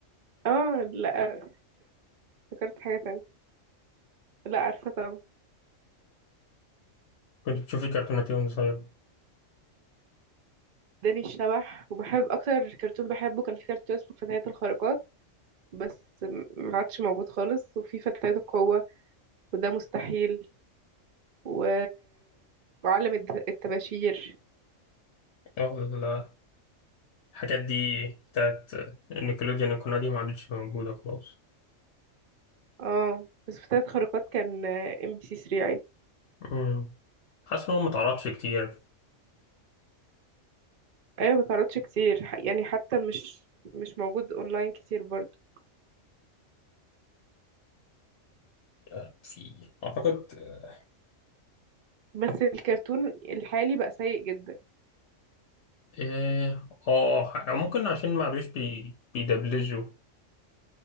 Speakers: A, on the right; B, on the left.
A: اه لا فكرت حاجه تانية لا عارفه طبعا
B: كنت بتشوف الكرتونات دي وأنت صغير
A: داني الشبح وبحب اكتر كرتون بحبه كان في كرتون اسمه فتيات الخارقات بس م- ما عادش موجود خالص وفي فتيات القوه وده مستحيل و... وعالم الد- الطباشير
B: آه، ال- الحاجات دي بتاعت نيكلوديان القناة دي ما عادتش موجودة خلاص
A: اه بس فتيات الخارقات كان ام بي سي 3 عادي
B: مم. حاسس إن هو ما اتعرضش كتير
A: ايوه ما تعرضش كتير ح- يعني حتى مش مش موجود اونلاين كتير برضه
B: آه، في أعتقد آه
A: بس الكرتون الحالي بقى سيء جدا
B: إيه، آه، ح- ممكن عشان ما عادوش بي... بيدبلجوا